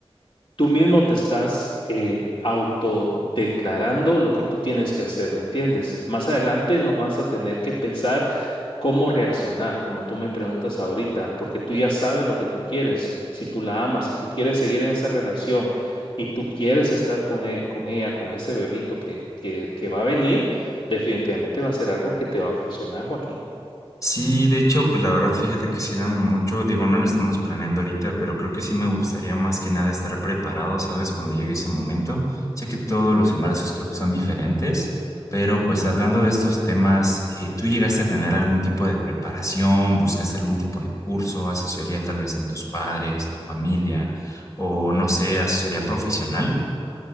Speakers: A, on the left (about 55°); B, on the left (about 30°).
A: tú mismo te estás eh, autodeclarando lo que tú tienes que hacer, ¿me entiendes? Más adelante no vas a tener que pensar cómo reaccionar, como tú me preguntas ahorita, porque tú ya sabes lo que tú quieres, si tú la amas, si tú quieres seguir en esa relación y tú quieres estar con, e- con ella, con ese bebito que, que, que va a venir, definitivamente va a ser algo que te va a funcionar, Joaquín.
B: Sí, de hecho, pues la verdad, fíjate que sí da mucho, digo, no lo estamos planeando ahorita, pero creo que sí me gustaría más que nada estar preparado, ¿sabes? Cuando llegue ese momento. Sé que todos los embarazos creo que son diferentes, pero pues hablando de estos temas, eh, ¿tú llegaste a tener algún tipo de preparación? ¿Buscaste algún tipo de curso, asesoría tal vez en tus padres, en tu familia, o no sé, asesoría profesional?